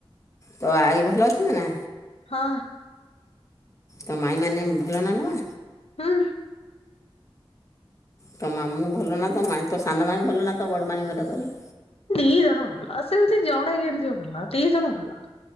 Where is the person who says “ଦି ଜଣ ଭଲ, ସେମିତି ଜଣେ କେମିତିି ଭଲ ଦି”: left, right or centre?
Left